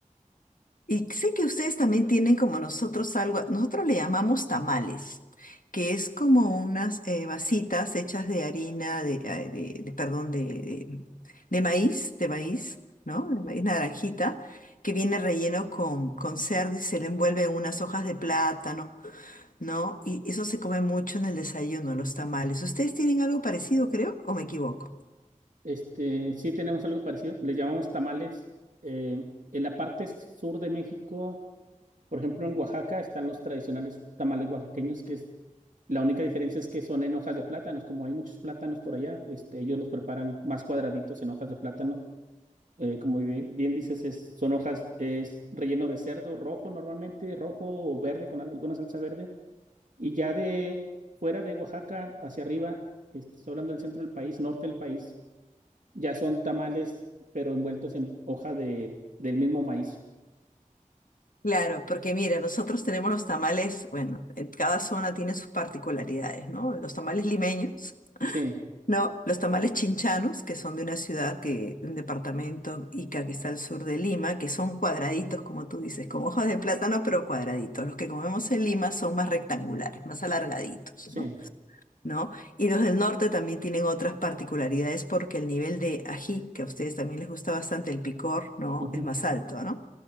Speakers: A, on the left; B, on the right.
A: Y sé que ustedes también tienen como nosotros algo, nosotros le llamamos tamales, que es como unas eh, vasitas hechas de harina, de, eh, de- de- perdón, de, de, de maíz, de maíz, ¿no? De maíz naranjita, que viene relleno con, con cerdo y se le envuelve en unas hojas de plátano, ¿no? Y eso se come mucho en el desayuno, los tamales. ¿Ustedes tienen algo parecido, creo, o me equivoco?
B: Este, sí tenemos algo parecido, les llamamos tamales. Eh, en la parte sur de México, por ejemplo, en Oaxaca están los tradicionales tamales oaxaqueños, que es la única diferencia es que son en hojas de plátanos, como hay muchos plátanos por allá, este, ellos los preparan más cuadraditos en hojas de plátano. Eh, como bien, bien dices, es, son hojas, es relleno de cerdo rojo normalmente, rojo o verde con alguna salsa verde. Y ya de fuera de Oaxaca hacia arriba, este, estoy hablando del centro del país, norte del país ya son tamales, pero envueltos en hoja de, del mismo maíz.
A: Claro, porque mira, nosotros tenemos los tamales, bueno, en cada zona tiene sus particularidades, ¿no? Los tamales limeños,
B: Sí,
A: ¿no? Los tamales chinchanos, que son de una ciudad que, un departamento Ica que está al sur de Lima, que son cuadraditos, como tú dices, con hojas de plátano, pero cuadraditos. Los que comemos en Lima son más rectangulares, más alargaditos,
B: sí.
A: ¿no? ¿No? Y los del norte también tienen otras particularidades porque el nivel de ají, que a ustedes también les gusta bastante el picor, ¿no?
B: ujú,
A: Es más alto, ¿no?